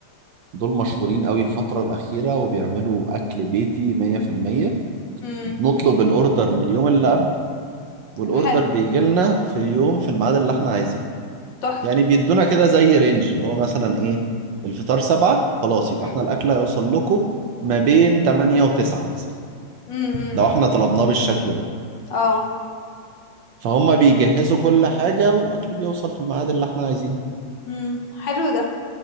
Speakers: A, on the right (about 70°); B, on the left (about 60°).
A: دول مشهورين قوي الفتره الاخيره وبيعملوا اكل بيتي 100%
B: مم.
A: بنطلب الاوردر من اليوم اللي قبل والاوردر
B: حلو
A: بيجي لنا في اليوم في الميعاد اللي احنا عايزينه
B: تحفة
A: يعني بيدونا كده زي رينج اللي هو مثلا ايه الفطار سبعة خلاص يبقى
B: مم.
A: احنا الاكل هيوصل لكم ما بين تمانية وتسعة مثلا
B: مم. مم.
A: لو احنا
B: مم.
A: طلبناه بالشكل ده
B: اه
A: فهم بيجهزوا كل حاجة والاكل بيوصل في الميعاد اللي احنا عايزينه
B: مم. حلو ده